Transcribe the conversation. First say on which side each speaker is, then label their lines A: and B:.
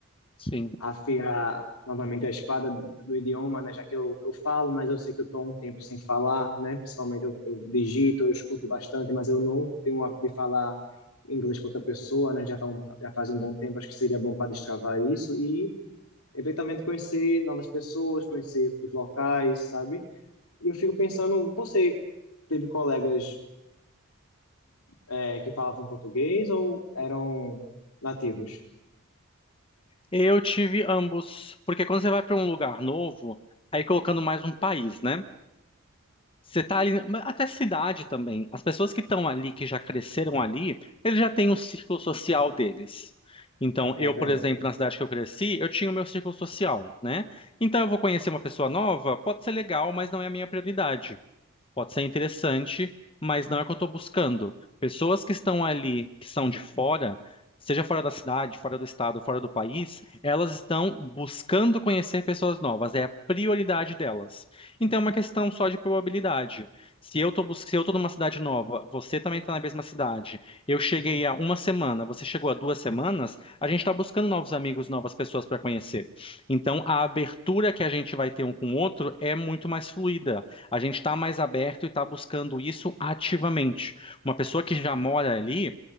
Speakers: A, on the left (about 25°); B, on the left (about 85°).
A: Sim.
B: afiar novamente a espada do idioma, né? Já que eu, eu falo, mas eu sei que eu estou um tempo sem falar, né? Principalmente eu, eu digito, eu escuto bastante, mas eu não tenho o hábito de falar inglês com outra pessoa, né? Já faz um, já faz um bom tempo, acho que seria bom para destravar isso e eventualmente conhecer novas pessoas, conhecer os locais, sabe? E eu fico pensando, você teve colegas é, que falavam português ou eram nativos?
A: Eu tive ambos, porque quando você vai para um lugar novo, aí colocando mais um país, né? Você tá ali, mas até cidade também. As pessoas que estão ali, que já cresceram ali, eles já têm um círculo social deles. Então, eu,
B: É verdade,
A: por exemplo, na cidade que eu cresci, eu tinha o meu círculo social, né? Então, eu vou conhecer uma pessoa nova, pode ser legal, mas não é a minha prioridade. Pode ser interessante, mas não é o que eu estou buscando. Pessoas que estão ali, que são de fora, seja fora da cidade, fora do estado, fora do país, elas estão buscando conhecer pessoas novas, é a prioridade delas. Então é uma questão só de probabilidade. Se eu estou se eu tô numa cidade nova, você também está na mesma cidade, eu cheguei há uma semana, você chegou há duas semanas, a gente está buscando novos amigos, novas pessoas para conhecer. Então a abertura que a gente vai ter um com o outro é muito mais fluida. A gente está mais aberto e está buscando isso ativamente. Uma pessoa que já mora ali,